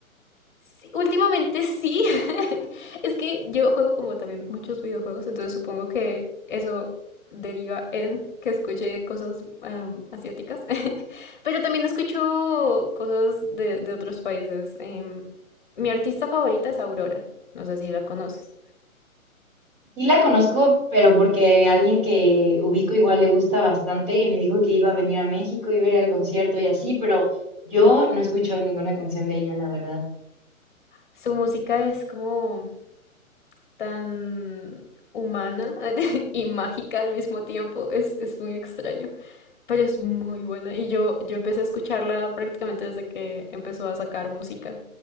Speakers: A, on the left; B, on the right.
A: Sí, últimamente sí. <laughs> Es que yo juego como también muchos videojuegos, entonces supongo que eso deriva en que escuche cosas em, asiáticas. <laughs> Pero también escucho cosas de, de otros países. Em, mi artista favorita es Aurora. No sé si la conoces.
B: Sí la conozco, pero porque alguien que ubico igual le gusta bastante y me dijo que iba a venir a México, iba a ir al concierto y así, pero yo no he escuchado ninguna canción de ella, la verdad.
A: Su música es como tan humana <laughs> y mágica al mismo tiempo. Es, es muy extraño. Pero es muy buena. Y yo, yo empecé a escucharla prácticamente desde que empezó a sacar música.